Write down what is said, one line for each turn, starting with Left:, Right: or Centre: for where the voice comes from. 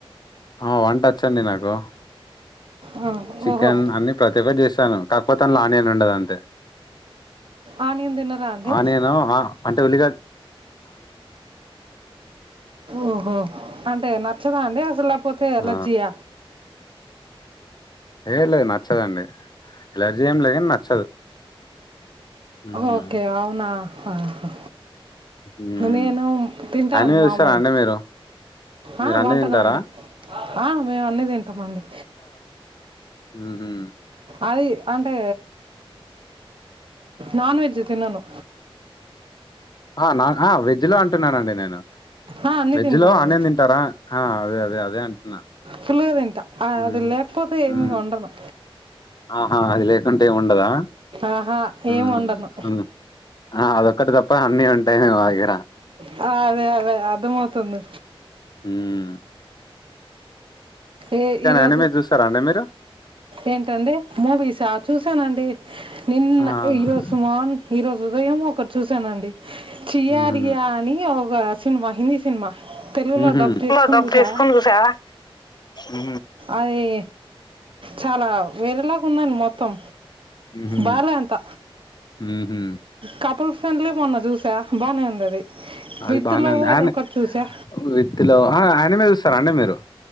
Left: ఆ వంటొచ్చండి నాకు.
Right: ఆ,
Left: చికెన్
Right: ఓహో
Left: అన్ని ప్రతి ఒక్కటి చేశాను కాకపోతే అందులో ఆనియన్ ఉండదుఅంతే
Right: ఆనియన్ తినరా అండి
Left: ఆ నేను ఆ అంటే ఉల్లిగ
Right: ఓహో అంటే పచ్చగా అండి అసలు ఒకే అలెర్జీయ
Left: ఆ ఏ లేదు నచ్చదండి ఎలర్జీ ఏమి లేదు గాని నచ్చదు మ్మ్
Right: ఓకే అవునా ఆహా
Left: మ్మ్
Right: నేను తింటాను
Left: అన్ని చూస్తారా
Right: మామూలు
Left: అండి మీరు
Right: ఆ
Left: మీరు అన్ని
Right: వంటనా
Left: తింటారా
Right: అండి ఆ మేము అన్నీ తింటామండి
Left: ఉహూ
Right: అది అంటే నాన్ వెజ్ తినను
Left: ఆ నా వెజ్ లో అంటున్నానండి నేను
Right: ఆ, అన్నీ
Left: వెజ్
Right: తింటానండి
Left: లో ఆనియన్తింటారా అదే అదే అదే అంటున్నా
Right: ఫుల్ గా తింటా ఆ,
Left: ఉమ్
Right: అది లేకపోతే ఏమీ
Left: ఉమ్
Right: వండను
Left: ఆహా అది లేకుంటే ఏ వండదా
Right: ఆహా ఏం
Left: ఉమ్
Right: వండను
Left: ఉమ్ అదొక్కటి తప్ప అన్ని ఉంటాయి మా దగ్గర
Right: హ <unintelligible> అదే అదే అర్థమవుతుంది
Left: ఉమ్
Right: ఏ ఈరోజు
Left: అనిమేస్ చూస్తారా అండి మీరు
Right: ఏంటండి మూవీసా చూసానండి నిన్న
Left: ఆ
Right: ఈరోజు మార్న్ ఈరోజు హృదయం ఒకటి చూశానండి చియారియా
Left: ఉహు
Right: అని వుగా సినిమా హందీ సినిమా తెలుగులో
Left: ఉహూ
Right: డబ్
Left: తెలుగు
Right: చేసుకుని
Left: లో డబ్
Right: చూసా
Left: చేసుకుని చూసా ఉ
Right: అది చాలా వేరేలాగా ఉన్నాను మొత్తం
Left: ఉహు
Right: బాలే అంత
Left: ఉహు
Right: కపుల్ <unintelligible> చూసా బాగానే ఉంది అది
Left: అది
Right: విత్
Left: బానే
Right: లవర్
Left: ఉంది ఆన
Right: ఒకటి చూసా
Left: విత్తిలో ఆయన మీ చూస్తారా అండి మీరు